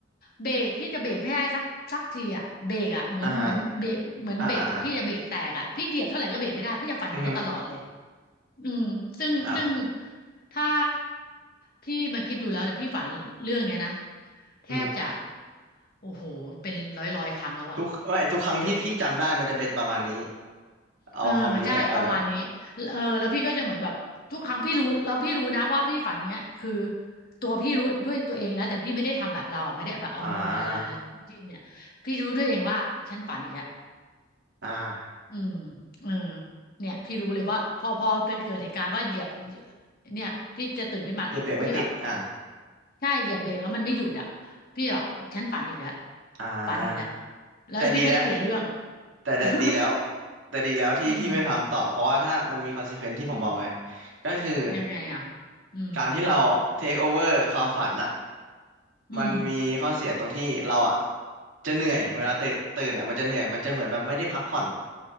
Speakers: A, on the left; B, on the right.
A: เบรกพี่จะเบรกไม่ได้สักสักทีอ่ะเบรกอ่ะเหมือนเหมือนเบรกเหมือนเบรกพี่จะเบรกแตกอ่ะพี่เหยียบเท่าไหร่ก็เบรกไม่ได้พี่จะฝันอย่างนี้ยตลอดเลย
B: อ่ะฮะอ่ะอ่ะอ่ะอือฮึ
A: อืมซึ่งซึ่ง
B: อ่ะ
A: ถ้าพี่มาคิดดูแล้วเนี่ยพี่ฝันเรื่องเนี้ยนะแทบจะ
B: อือฮึ
A: โอ้โหเป็นร้อยร้อยครั้งแล้วอ่ะ
B: ทุกไม่ทุกครั้งที่พี่จำได้มันจะเป็นประมาณนี้
A: เดี๋ยว
B: เอาความนี้เนี่ยเออ
A: เออใช่ประมาณนี้เออแล้วพี่ก็จะเหมือนแบบทุกครั้งพี่รู้แล้วพี่รู้นะว่าพี่ฝันเนี้ยคือตัวพี่รู้ด้วยตัวเองนะแต่พี่ไม่ได้ทำแบบเราอะไม่ได้แบบเอามือมา
B: อ่า
A: จิ้มเนี่ยพี่รู้ด้วยเองว่าฉันฝันอีกแล้ว
B: อ่า
A: อืมเออเนี่ยพี่รู้เลยว่าพอพอเป็นเกิดเหตุการณ์ว่าเหยียบเนี่ยพี่จะตื่นขึ้นมาพี่แบบ
B: เหยียบเบรกไม่ติดอ่า
A: ใช่เหยียบเบรกแล้วมันไม่หยุดอ่ะพี่แบบฉันฝันอีกแล้ว
B: อ่า
A: ฝันอีกแล้วแล้วพี่ก็จะเปลี่ยนเรื่อง
B: แต่ดีแล้วแต่แต่ดีแล้ว
A: <laughs>
B: แต่ดีแล้วที่พี่ไม่ทำต่อเพราะว่าถ้ามันมีคอนซ
A: อืม
B: e เควน e ที่ผมบอกไง
A: อืม
B: ก็คือ
A: เป็นยังไงอ่ะอืม
B: การที่เราเทคโอเวอร์ความฝันอ่ะ
A: อืม
B: มันมีข้อเสียตรงที่เราอ่ะจะเหนื่อยเวลาตื่นตื่นอ่ะมันจะเหนื่อยมันจะเหมือนแบบไม่ได้พักผ่อน